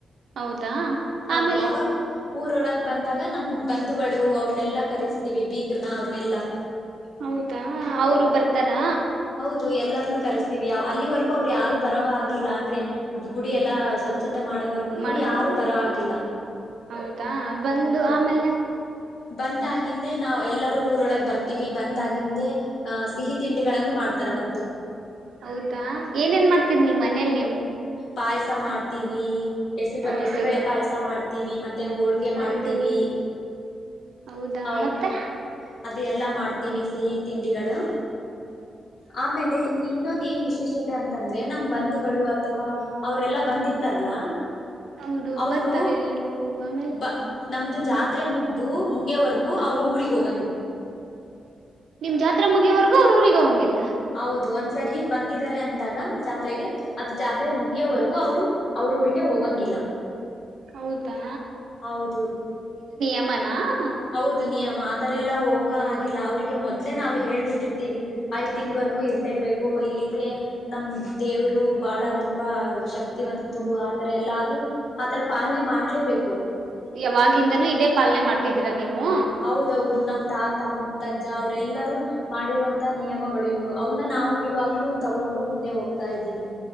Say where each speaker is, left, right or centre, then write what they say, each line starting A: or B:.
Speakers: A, on the right; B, on the left.
A: ಹೌದಾ
B: ಹೌದು
A: ಆಮೇಲೆ
B: ಅವಾಗ ಊರೊಳಗ್ ಬಂದಾಗ ನಮ್ಗ್ ಬಂಧುಗಳು ಅವ್ರನೆೆಲ್ಲಾ ಕರಸ್ತೀವಿ ಬೀಗರನ ಅವ್ರನೆಲ್ಲಾ
A: ಹೌದಾ ಅವರು ಬರ್ತಾರಾ
B: ದು ಎಲ್ಲರನ್ನುೂ ಕರಿಸ್ತೀವಿ ಅಲ್ಲಿವರೆಗೂ ಅವ್ರು ಯಾರು ಬರೋವಾಗಿಲ್ಲ ಅಂದ್ರೆ ಗುಡಿ ಎಲ್ಲ ಸ್ವಚ್ಛತೆ ಮಾಡೋವರ್ಗುನು
A: ಮಾಡೋವರ್ಗೂ
B: ಯಾರು ಬರೋಹಾಗಿಲ್ಲ
A: ಹೌದಾ ಬಂದು
B: ಹೌದು.
A: ಆಮೇಲೆ
B: ಬಂದ್ ಆಗಿಂದೆ ನಾವವು ಎಲ್ಲರೂ ಊರೊಳಗ್ ಬರ್ತೀವಿ ಬಂದ್ ಆಗಿಂದೆ. ಆ ಸಿಹಿ ತಿಂಡಿಗಳನ್ನು ಮಾಡ ತರವತ್ತು.
A: ಹೌದಾ ಏನ್ ಏನ್ ಮಾಡ್ತೀರಿ ನೀವ್ ಮನೇಲಿ ನೀವು.
B: ಪಾಯಸ ಮಾಡ್ತೀವಿ. ಹೆಸರು
A: ಹೌದು
B: ಹೆಸರುಬಳೆ ಪಾಯಸ ಮಾಡ್ತೀವಿ ಮತ್ತೆ ಹೋಳ್ಗೆ
A: ಹೌದು
B: ಮಾಡ್ತೀವಿ,
A: ಹೌದಾ
B: ಹೌದು.
A: ಮತ್ತೆ
B: ಅದೆ ಎಲ್ಲಾ ಮಾಡ್ತೀವಿ ಸಿಹಿ ತಿಂಡಿಗಳು. ಆಮೇಲೆ ಇನ್ನೊಂದು. ಏನ್ ವಿಶೇಷತೆ ಅಂತಂದ್ರೆ ನಮ್ ಬಂಧುಗಳು ಅಥವಾ ಅವರೆೆಲ್ಲಾ ಬಂದಿರ್ತಾರಲ್ಲ.
A: ಹೌದು
B: ಅವರು
A: ಬರ್ತಾರೆ ಎಲ್ರುೂ ಆಮೇಲೆ
B: ಬ ನಮ್ದು ಜಾತ್ರೆ ಮುಗ್ದು ಮುಗಿಯವರೆಗೂ ಅವರು ಊರಿಗೆ ಹೋಗ
A: ನಿಮ್ ಜಾತ್ರೆ ಮುಗಿಯವರೆಗು ಅವರು ಅವ್ರ ಊರಿಗೆ ಹೋಗಂಗಿಲ್ಲ.
B: ಹೌದು ಒಂದ್ಸರಿ ಬಂದಿದ್ದಾರೆ ಅಂದಾಗ ಜಾತ್ರೆಗೆ ಅದು ಜಾತ್ರೆ ಮುಗಿಯವರೆಗೂ ಅವರು ಅವ್ರ ಅವರೂರಿಗೆ ಹೋಗಂಗಿಲ್ಲ
A: ಹೌದಾ
B: ಹೌದು.
A: <unintelligible>
B: ಹೌದು ನಿಯಮ ಆತರ ಎಲ್ಲಾ ಹೋಗೋ ಹಾಗಿಲ್ಲ ಅವ್ರಿಗೆ ಮೊದ್ಲೇ ನಾವ್ ಹೇಳಿ ಬಿಟರ್ತೀವಿ. ಐದ್ ದಿನದವರೆಗೂ ಇರ್ಲೇಬೇಕು ಇಲ್ಲಿದ್ರೆ. ನಮ ದೇವ್ರು ಬಹಳ ತುಂಬಾ ಶಕ್ತಿವಂತು ಆತರ ಎಲ್ಲ ಅದು ಆತರ ಪಾಲನೆ ಮಾಡ್ಲೇಬೇಕು.
A: ಯಾವಾಗಿಂದನೂ ಇದೇ ಪಾಲನೆ ಮಾಡ್ತಿದ್ದೀರಾ ನೀವು.
B: ಹೌದೌದು ನಮ್ ತಾತ ಮುತ್ತಜ್ಜ ಅವ್ರೆಲ್ಲಾರೂ, ಮಾಡಿರುವಂತ ನಿಯಮಗಳು ಇವು ಅವನ್ನ ನಾವು ಇವಾಗ ತಗೊಂಡು ಮುಂದೆ ಹೋಗ್ <unintelligible> ಇದ್ದೀವಿ.